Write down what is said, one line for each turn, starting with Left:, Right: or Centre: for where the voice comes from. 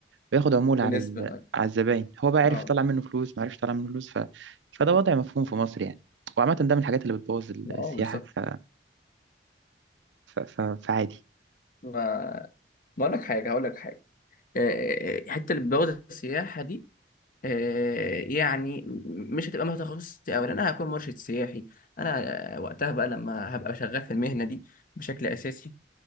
Right: وياخد عمولة
Left: ونسبه
Right: على ال...
Left: اه
Right: على الزباين هو بقى عرف
Left: اه
Right: يطلع منه فلوس ما عرفش يطلع منه فلوس ف... فده وضع مفهوم في مصر يعني وعامة ده من الحاجات اللي بتبوظ السياحة
Left: آه، بالظبط
Right: ف... ف... ف... فعادي
Left: ما ما اقول لك حاجه هقول لك حاجه آه، حته اللي بوابه السياحه دي آه، يعني م- مش هتبقى مهنه تخصصي اولا انا هكون مرشد سياحي انا آه، وقتها بقى لما هبقى شغال في المهنه دي بشكل اساسي